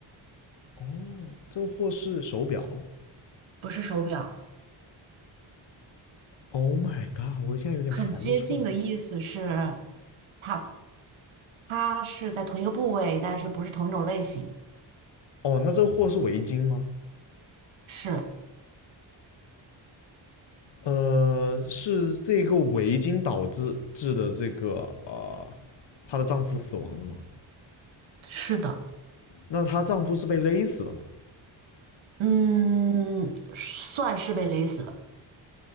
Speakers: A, on the left (about 65°); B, on the right (about 80°).
A: 哦，这个货是手表。
B: 不是手表，
A: Oh my god，我现在有点排不出来。
B: 很接近的意思是它它是在同一个部位，但是不是同一种类型，
A: 哦，那这个货是围巾吗？
B: 是
A: 呃，是这个围巾导致致的这个呃，她的丈夫死亡的吗？
B: 是的，
A: 那她丈夫是被勒死的嘛？
B: 嗯，算是被勒死的，